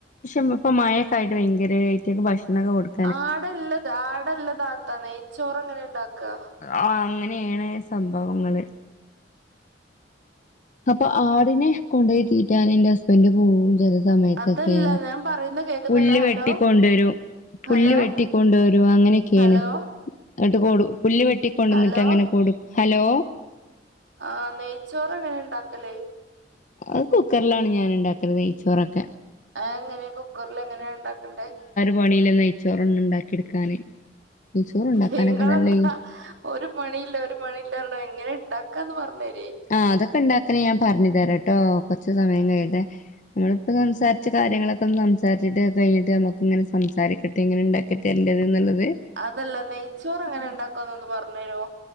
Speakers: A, on the left (about 45°); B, on the right (about 85°).
A: ക്ഷെ ഇപ്പ മഴക്കായിട്ട് ഭയങ്കര അയ്റ്റങ്ങക്ക് ഭക്ഷണൊക്കെകൊടുക്
B: ആടല്ലത് ആടല്ലതാത്താ നെയ്ച്ചോറ് എങ്ങനെ ഇണ്ടാക്ക?
A: ആഹ് അങ്ങനേണ് സംഭവങ്ങള്. അപ്പൊ ആടിനെ കൊണ്ടോയി തീറ്റാൻ എന്റെ ഹസ്ബൻഡ് പോകും. ചെല സമയത്തൊക്കെ
B: അതല്ല ഞാൻ പറയുന്ന കേൾക്കുന്നില്ല
A: പുല്ല്
B: ഹലോ
A: വെട്ടിക്കൊണ്ടോരും. പുല്ല്
B: ഹലോ
A: വെട്ടിക്കൊണ്ടോരും. അങ്ങനെയൊക്കെയാണ്.
B: ഹലോ
A: എന്നട്ട് കൊട് പുല്ല് വെട്ടി കൊണ്ടന്നിട്ട്
B: ഹലോ
A: അങ്ങനെ കൊട്ക്ക് ഹലോ.
B: ആഹ് നെയ്ച്ചോറ് എങ്ങനെ ഇണ്ടാക്കല്?
A: അത് കുക്കർലാണ് ഞാൻ ഉണ്ടാക്കല് നെയ്ച്ചോറൊക്കെ.
B: അഹങ്ങനെ കുക്കറ്ൽ എങ്ങനെ ഇണ്ടാക്ക്ണ്ട്?
A: പണീലനെയ്ച്ചോറൊന്നുംഉണ്ടാക്കിട്ക്കാൻ നെയ്ച്ചോറ് ഉണ്ടാക്കാനൊക്കെ
B: നിങ്ങളെന്താ
A: നല്ല ഈ
B: ഒരു പണീല്യ ഒരു പണീല്യർഞിട്ട് അതെങ്ങനെ ഇണ്ടാക്കാന്ന് പറഞ്ഞരീ
A: ആഹ് അതൊക്കെണ്ടാക്കല് ഞാൻ പറഞ്ഞ് തരാട്ടോ, കൊർച്ച്‌ സമയം കഴിയട്ടെ. നമ്മളിപ്പം സംസാരിച്ച കാര്യങ്ങളൊക്കെ ഒന്ന് സംസാരിച്ചിട്ട് അതയ്ഞ്ഞിട്ട് നമുക്ക് ഇങ്ങനെസംസാരിക്കാ. ട്ട ഇങ്ങനെ ഇണ്ടാക്കി തരൻ്റ് എന്നാള്ളത്.
B: അതല്ല നെയ്ച്ചോർ എങ്ങനെ ഉണ്ടാക്കാന്ന് ഒന്ന് പറഞ്ഞരോ?